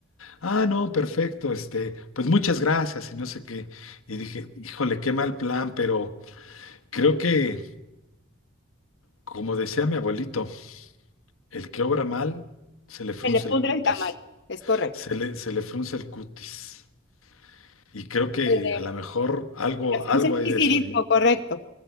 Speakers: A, on the left (about 85°); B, on the left (about 55°).
A: Ah, no, perfecto, este, pues muchas gracias y no sé qué. Y dije, híjole, qué mal plan, pero creo que, como decía mi abuelito, el que obra mal, se le frunce
B: Se le pudre
A: el cutis,
B: el tamal. Es correcto.
A: se le, se le frunce el cutis. Y creo que
B: El de,
A: a lo mejor algo,
B: el de
A: algo
B: Franceski
A: hay de eso ahí.
B: correcto.